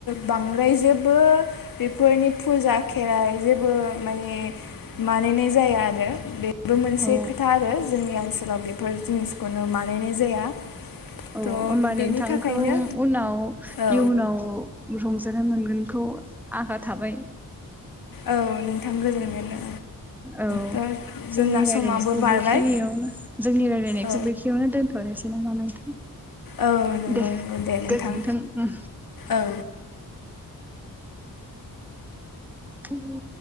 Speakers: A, on the left; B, in the centre.
A: बांद्राय जेबो बेफोरनि फुजा खेराइ जेबो माने मानिनाय जाया आरो बे बेबो मोनसे
B: औ
A: खोथा आरो जोंनि ओनसोलाव बेफोर जिनिसखौनो बानायनाय जाया
B: औ
A: थ'
B: होमबा
A: बेनि
B: नोंथांखौ
A: थाखायनो
B: उनाव
A: औ
B: इयुनाव रंजानो मोनगोनखौ आसा थाबाय
A: औ नोंथां गोजोनगोन औ
B: औ
A: थ'
B: जोंनि
A: जोंना
B: रायलायनायखौ
A: समाबो बारबाय
B: बेखिनियावनो जोंनि रायलायनायखौ
A: औ
B: बेखिनियावनो दोनथ'नोसै नामा नोंथां?
A: औव नंगौ
B: दे
A: दे नोंथां
B: गोजोन्थों
A: औ।
B: उम